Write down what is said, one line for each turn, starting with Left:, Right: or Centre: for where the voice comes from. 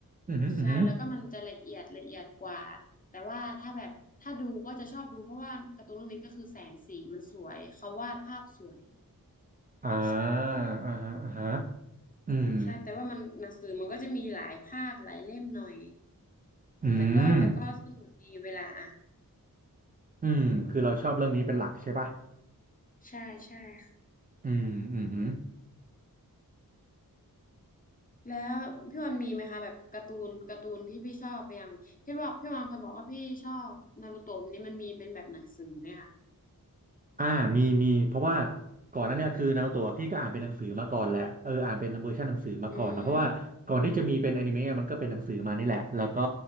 Right: อือหืออือหือ
Left: ใช่แล้วก็มันจะละเอียดละเอียดกว่าแต่ว่าถ้าแบบถ้าดูก็จะชอบดูเพราะว่าการ์ตูนเรื่องนี้ก็คือแสงสีมันสวยเขาวาดภาพสวย
Right: อ่า
Left: ใช่
Right: อ่าฮะอ่าฮะอืม
Left: ใช่แต่ว่ามันหนังสือมันก็จะมีหลายภาคหลายเล่มหน่อย
Right: อืม
Left: แต่ก็แต่ก็สนุกดีเวลาอ่าน
Right: อืมคือเราชอบเรื่องนี้เป็นหลักใช่ปะ
Left: ใช่ใช่ค่ะ
Right: อืมอืม
Left: แล้วพี่วันมีไหมคะแบบการ์ตูนการ์ตูนที่พี่ชอบอย่างพี่บอกพี่วันเคยบอกว่าพี่ชอบนารูโตะนี้มันมีเป็นแบบหนังสือไหมคะ
Right: อ่ามีมีเพราะว่าก่อนหนั้นเนี่ยคือนารูโตะพี่ก็อ่านเป็นหนังสือมาก่อนแหละเอออ่านเป็นเวอร์ชันหนังสือมาก่อนเนอะเพราะว่าก่อนที่จะมีเป็นอนิเมะมันก็เป็นหนังสือมานี่แหละแล้วก็
Left: อืม